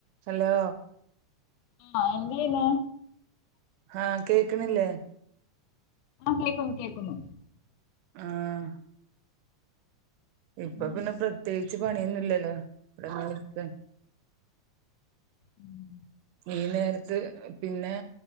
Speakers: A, on the right; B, on the left.
A: Hello
B: ആന്റിയില്ലോ
A: ആഹ് കേക്കണില്ലേ
B: ആഹ് കേക്കുന്നു കേക്കുന്നു
A: ആഹ് ഇപ്പൊ
B: ഉം.
A: പിന്നെ പ്രത്യേകിച്ച് പണിയൊന്നുമില്ലല്ലോ രാവിലത്തെ
B: ഉം
A: ഈ നേരത്ത് പിന്നെ